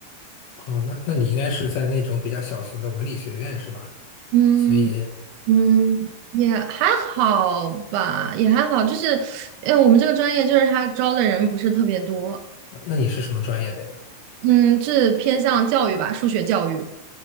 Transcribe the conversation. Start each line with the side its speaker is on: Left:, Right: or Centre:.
Left: 哦，那那你应该是在那种比较小型的文理学院是吗？
Right: 嗯。
Left: 所以，
Right: 嗯，也还好吧，也还好，就是，呃，我们这个专业就是他招的人不是特别多，
Left: 那那你是什么专业的呀？
Right: 嗯，是偏向教育吧，数学教育，